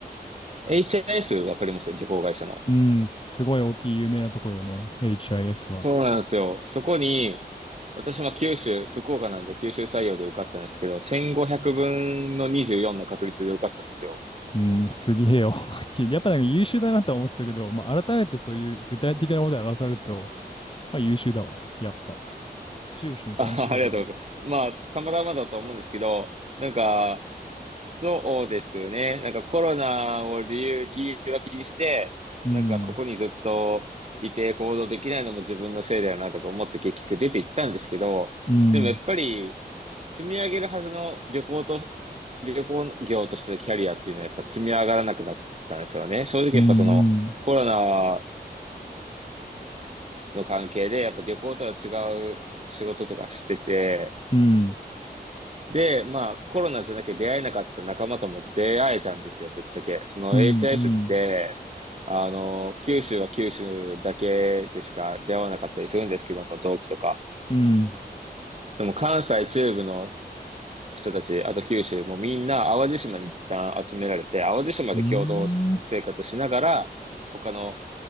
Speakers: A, on the right (about 40°); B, on the left (about 30°).
A: HIS わかります旅行会社の。
B: うん、すごい大きい有名なとこよね、HIS は。
A: そうなんですよ。そこに、私は九州、福岡なんで九州採用で受かったんですけど、1500分の24の確率で受かったんですよ。
B: うん、すげえよ。やっぱり優秀だなって思ったけど、まあ改めてそういう具体的なことで表すると、まあ優秀だわ。やっぱ不思議不思議な感じだけど。
A: あ、<laughs> ありがとうございます。まあ、たまたまだと思うんですけど、なんか、そうですね。なんかコロナを理由、理由はにして、
B: うん、
A: なんかここにずっといて行動できないのも自分のせいだよなとか思って結局出て行ったんですけど、
B: うん、
A: でもやっぱり、積み上げるはずの旅行と、旅行業としてのキャリアっていうのはやっぱ積み上がらなくなったんですよね。正直やっぱそのコロナ
B: うん、うん、
A: の関係でやっぱ旅行とは違う仕事とかしてて、
B: うん、
A: で、まあコロナじゃなきゃ出会えなかった仲間とも出会えたんですよ、ぶっちゃけ。その
B: うん、
A: HIS
B: うん、
A: って、あの、九州は九州だけでしか出会わなかったりするんですけど、その同期とか。
B: うん、うん、
A: でも関西中部の人たち、あと九州もみんな淡路島に一旦集められて、淡路島で共同生活しながら、
B: うん、
A: 他の